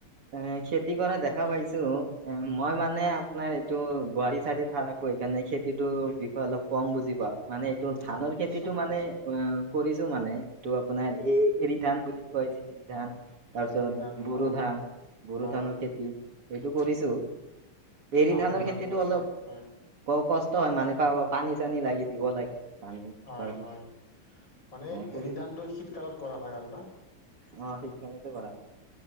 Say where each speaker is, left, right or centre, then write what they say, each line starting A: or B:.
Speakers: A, on the right; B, on the left.
A: এ খেতি কৰা দেখা পাইছো এ মই মানে আপোনাৰ এইটো গুৱাৰি চাইডে থাক - কো, সেইকাৰণে খেতিটোৰ বিষয়ে অলপ কম বুজি পাওঁ, মানে এইটো ধানৰ
B: হয়
A: খেতিটো
B: নিশ্চয়
A: মানে
B: নিশ্চয়
A: অ - কৰিছো মানে এইটো আপোনাৰ এই এৰি ধান বুলি কয় যে এৰি ধান। তাৰ পিছত
B: এৰি ধান হয়
A: বড়ো ধান। বড়ো
B: হয়
A: ধানৰ খেতি সেইটো কৰিছো পেৰি
B: আহু
A: ধানৰ
B: ধান
A: খেতিটো
B: আছে
A: অলপ -
B: হয়
A: ক কষ্ট হয় মানে পা পানী চানী লাগে দিব লাগে। পানী
B: হয়
A: কাৰণে
B: হয় মানে
A: অ কৰি
B: এৰি ধানটো শীতকালত কৰা হয় আৰু না?
A: অ শীতকলতে কৰা হয়।